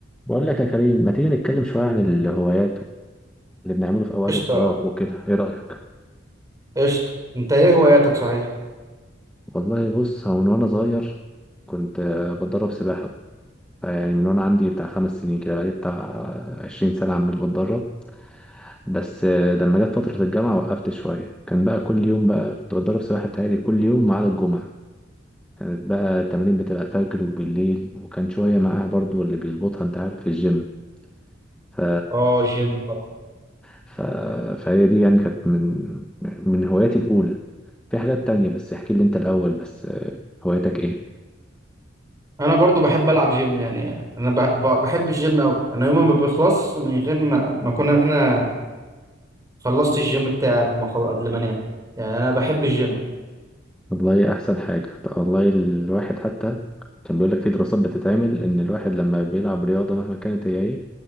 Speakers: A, in the centre; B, on the right.
A: بقول لك يا كريم ما تيجي نتكلم شوية عن الهوايات اللي بنعمله في أوقات
B: قشطة
A: الفراغ وكده إيه رأيك؟
B: قشطة انت ايه هواياتك صحيح
A: والله بص هو من وأنا صغير كنت آه، بتدرب سباحة يعني من وأنا عندي بتاع خمس سنين كده بقالي بتاع عشرين سنة عمال بتدرب بس آه، لما جت فترة الجامعة وقفت شوية كان بقى كل يوم بقى كنت بتدرب سباحة بتهيألي كل يوم ما عدا الجمعة كانت بقى التمارين بتبقى فجر وبالليل وكان شوية معاها برضو اللي بيظبطها أنت عارف في الجيم ف...
B: اه الجيم طبعا
A: ف... فهي دي يعني كانت من من هواياتي الأولى في حاجات تانية بس احكي لي انت الأول بس آه، هوايتك ايه
B: انا برضو بحب العب جيم يعني انا ب- ب- بحب الجيم اوي انا يوم ما بيخلص من غير ما ما اكون انا خلصت الجيم بتاعي قبل ما أخل- قبل ما انام يعني انا بحب الجيم
A: والله أحسن حاجة طب والله الواحد حتى كان بيقولك في دراسات بتتعمل إن الواحد لما بيلعب رياضة مهما كانت هي ايه